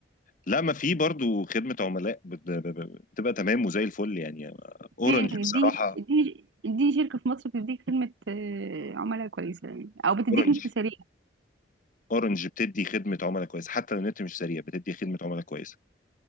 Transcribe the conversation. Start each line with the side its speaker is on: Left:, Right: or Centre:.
Left: لا ما في برضو خدمة عملاء بت- ب- ب- بتبقى تمام وزي الفل يعني اورنج
Right: فين اديني
Left: بصراحة
Right: اديني اديني شركه في مصر بتديك خدمه آه، عملاء كويسه يعني او بتديك
Left: اورنج
Right: نت سريع
Left: اورنج بتدي خدمة عملاء كويسة حتى لو النت مش سريع بتدي خدمة عملاء كويسة